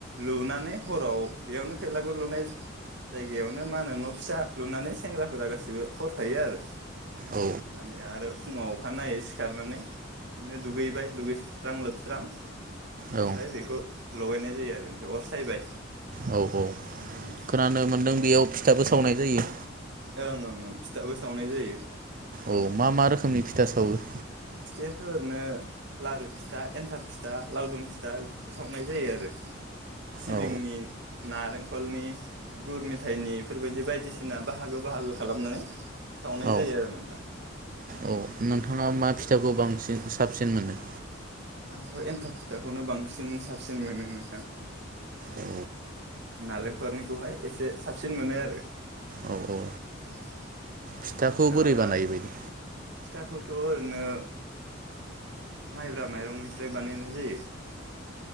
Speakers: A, on the right; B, on the right.
A: लुनानै हराव बेयावनो फैलागुर लुनाय जायगायावनो मा होनो न' फिसा लुनानै सेंग्राफोरा गाैबो हर थायो आरो
B: औ
A: थानानै आरो फुङाव अखानायै सिखारनानै बिदिनो दुगैबाय दुगैस्रां लोबस्रां ओमफ्राय
B: औ
A: बेखौ लगायनाय जायो आरो ओमफ्राय अर सायबाय
B: औ औ
A: ओं
B: खोनानो मोनदों बेयाव फिथाबो सावनाय जायो।
A: ओं ओं ओं फिथाबो सावनाय जायो।
B: औ मा मा रोखोमनि फिथा सावो?
A: फिथाइाथ' ओरैनो लारु फिथा एन्थाब फिथा लावदुम फिथा बेफोरखौ सावनाय जायो आरो सिबिंनि
B: औ
A: नारेंखलनि गुर मेथायाइनि बेफोरबायदि बायदिसिना बाहागो बाहागो खालामनानै सावनाय
B: औ
A: जायो आरो नोंथां
B: औ नोंथाङा मा फिथाखौ बांसिन साबसिन मोनो
A: आंथ' एन्थाब फिथाखौनो बांसिन साबसिन मोनो नोंथां।
B: औ
A: नालेंखरनिखौहाय एसे साबसिन मोनो आरो
B: औ औ
A: नोंथाङालाय
B: फिथाखौ बोरै बानायो
A: मा फिथाखौ?
B: बायदि
A: ट ओरैनो माइब्रा माइरंनिफ्राय बानायनाय जायो।